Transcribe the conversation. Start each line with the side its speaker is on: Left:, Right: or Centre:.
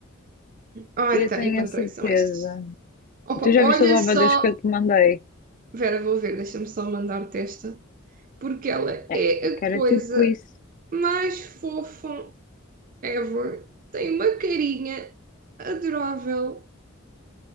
Right: Ai,
Left: Eu
Right: tá,
Left: tenho
Right: encontrei,
Left: a certeza.
Right: são estas. Opa,
Left: Tu já
Right: olha
Left: viste o louva
Right: só.
Left: que eu te mandei?
Right: Vera, vou ver, deixa-me só mandar-te esta. Porque ela
Left: É,
Right: é
Left: é que
Right: a
Left: era
Right: coisa
Left: tipo isso.
Right: mais fofa ever. Tem uma carinha adorável.